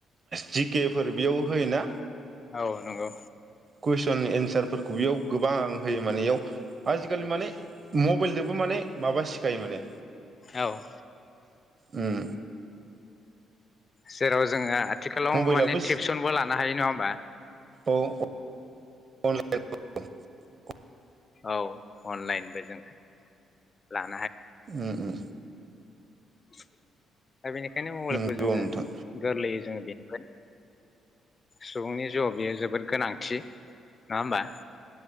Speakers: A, on the right (about 40°); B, on the left (about 35°).
A: जि के फोर बेयाव होयो ना
B: औ नंगौ।
A: कुइसन एन्सारफोरखौ बेयाव गोबां होयो माने इयाव आजिखालि माने मबाइलजोंबो माने माबा सिखायो माने
B: औ।
A: उम
B: जेराव जोङो आथिखालाव
A: मबाइलाबो
B: माने टिउसनबो लानो हायो नङा होमबा?
A: औ। <unintelligible>
B: औ अनलाइनबो जों <unintelligible>
A: उ उ।
B: <inaudible> दा बेनिखायनो मबाइलखौ
A: नंगौ
B: जोङो
A: नोंथां
B: गोरलैयै जोङो बेनि सुबुंनि जिउआव बेयो जोबोद गोनांथि नङा होमबा?